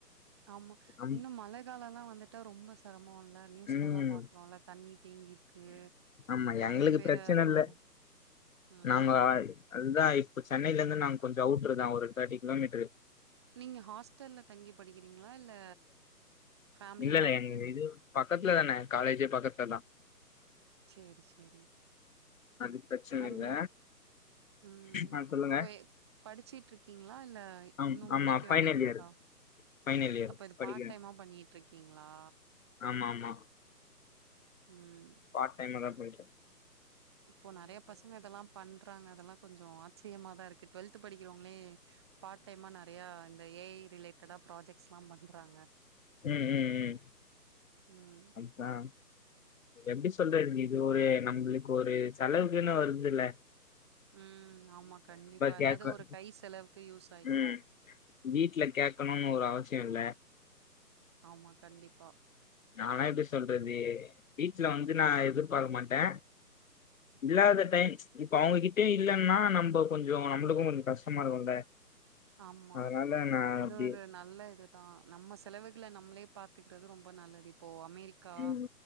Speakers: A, on the right (about 15°); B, on the left (about 55°).
A: ஆமா
B: நம்
A: இன்னு மழ காலல்லா வந்துட்டா ரொம்ப செரம இல்ல நியூஸ்ல
B: ம்
A: எல்லா பாக்குறோல்ல தண்ணி தேங்கிருக்கு
B: ஆமா
A: நெறைய
B: எங்களுக்கு
A: பேரு
B: பிரச்சன
A: அந்த
B: இல்ல
A: இதுல ம்
B: நாங்க அதுதா இப்ப சென்னையிலேருந்து நாங்க கொஞ்ச அவுட்ருதா ஒரு தேர்ட்டி கிலோமீட்டரு
A: நீங்க ஹாஸ்டல்ல தங்கி படிக்கிறீங்களா இல்ல ஃபேமிலியா
B: இல்ல இல்ல
A: இருக்கீங்க
B: எங்க இது பக்கத்துல தான காலேஜே பக்கத்துல தா
A: சேரி சேரி
B: அது பிரச்சன
A: ஒங்க
B: இல்ல
A: ம்
B: ஆ சொல்லுங்க
A: இப்ப எ படிச்சுட்டு இருக்கீங்களா இல்ல
B: ஆ
A: இன்னு
B: ஆமா
A: முடிக்க
B: ஃபைனல்
A: வேண்டியதுருக்கா
B: இயர் ஃபைனல் இயர்
A: அப்போ இது
B: படிக்கிறேன்
A: பார்ட்டைமா பண்ணிட்ருக்கீங்களா
B: ஆமா ஆமா
A: ம்
B: பார்ட் டைமா தா பண்ணிட்ருக்க
A: இப்போ நெறைய பசங்க இதெல்லா பண்றாங்க அதெல்லா கொஞ்ச ஆச்சரியமாாதா இருக்கு டுவெல்த்து படிக்கிறவங்களே பார்ட் டைமா நெறையா இந்த ஏ ஐ ரிலேட்டடா ப்ராஜெக்ட்ஸ்லா பண்றாங்க
B: ம் ம் ம்
A: ம்
B: அதா எப்டி சொல்றது இது ஒரு நரம்புகளுக்கு ஒரு செலவுக்குன்னு வருதுல்ல
A: ம் ஆமா கண்டிப்பா
B: கேட்க
A: ஏதாவது ஒரு கை செலவுக்கு யூஸ் ஆயிக்கு
B: ம் வீட்ல கேக்கணுன்னு ஒரு அவசிய இல்ல
A: ஆமா கண்டிப்பா
B: நால்லா எப்டி சொல்றது வீட்ல வந்து நா எதிர்பாக்க மாட்ட இல்லாத டைம் இப்போ அவுங்ககிட்டயு இல்லன்னா நம்போ கொஞ்சோ நம்புளுக்கு கொஞ்ச கஷ்டமா இருக்கும்ல
A: ஆமா
B: அதனால நான்
A: அது
B: அப்டி
A: ஒரு நா நல்ல இதுதா நம்ம செலவுகள நம்மளே பாத்துக்கிறது ரொம்ப நல்லது இப்போ அமெரிக்கா
B: ம்